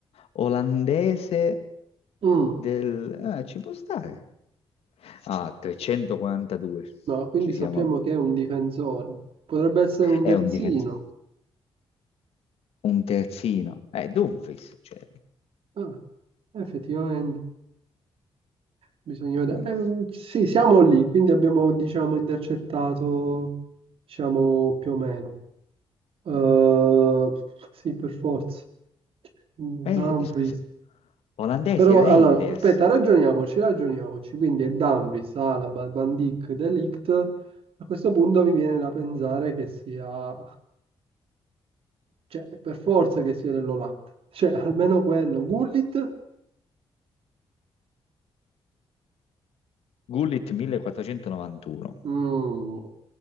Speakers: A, on the left; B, on the right.
A: olandese
B: Mm,
A: del... Ah, ci può stare. Ah, 342.
B: no, quindi
A: Ci siamo...
B: sappiamo che è un difensore. Potrebbe essere un
A: È
B: terzino.
A: un difensore. Un terzino. Eh, Dumfries. Cioè.
B: Ah, effettivamente. Bisogna vedere.
A: mm.
B: Ehm, sì, siamo lì, quindi abbiamo, diciamo, intercettato, diciamo, più o meno. Eh,
A: mm.
B: sì, per forza. Mm,
A: Eh,
B: Dumfries.
A: eh, scusa. Olandese,
B: Però,
A: Reinders.
B: allora, aspetta, ragioniamoci, ragioniamoci. Quindi è Dumfries, Alaba, Van Dijk, De Ligt. A questo punto mi viene da pensare che sia, cioè, per forza che sia dell'Olanda. Cioè, almeno quello. Gullit?
A: Gullit 1491.
B: Mm,